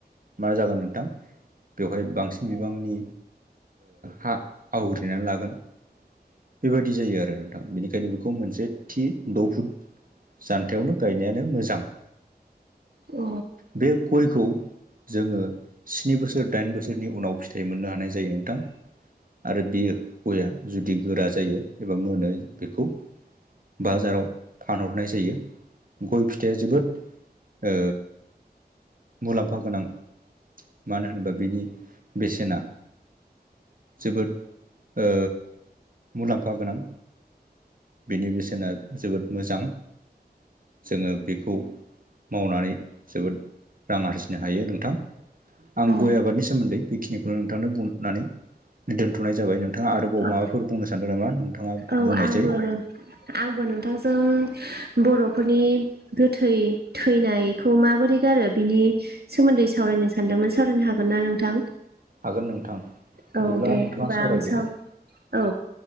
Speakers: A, on the right; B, on the right.
A: मा जागोन नोंथां बेवहाय बांसिन बिबांनि हा आवग्रिनानै लागोन बेबायदि जायो आरो नोंथां बेनिखायनो बेखौ मोनसे थि द' फुट जानथायावनो गायनायानो मोजां
B: उ
A: बे गयखौ जोङो स्नि बोसोर दाइन बोसोरनि उनाव फिथाइ मोननो हानाय जायो नोंथां आरो बियो गया जुदि गोरा जायो एबा मोनो बेखौ बाजाराव फानहरनाय जायो गय फिथाइया जोबोद ओ मुलाम्फा गोनां मानो होनोबा बिनि बेसेना जोबोद ओ मुलाम्फा गोनां बेनि बेसेना जोबोद मोजां जोङो बेखौ मावनानै जोबोद रां आरजिनो हायो नोंथां आं गय
B: औ
A: आबादनि सोमोन्दै बेखिनिखौ नोंथांनो बुंनानै दोन्थ'नाय जाबाय नोंथाङा आरोबाव
B: औ
A: माबाफोर बुंनो सानदों नामा नोंथाङा
B: औ
A: बुंनायसै
B: आंबो नों आंबो नोंथांजों बर'फोरनि गोथै थैनायखौ माबोरै गारो बिनि सोमोन्दै सावरायनो सानदोंमोन सावरायनो हागोन ना नोंथां
A: हागोन नोंथां
B: औ
A: बिदिब्ला
B: दे
A: नोंथाङा
B: हबा
A: सावरायदो
B: आं स औ